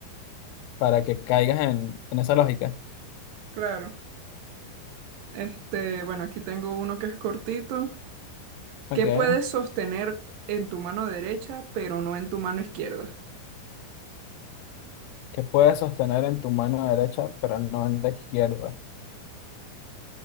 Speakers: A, on the left (about 85°); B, on the right (about 70°).
A: para que caigas en, en esa lógica.
B: Claro. Este, bueno, aquí tengo uno que es cortito.
A: Ok,
B: ¿Qué puedes sostener en tu mano derecha, pero no en tu mano izquierda?
A: ¿qué puedes sostener en tu mano derecha, pero no en la izquierda?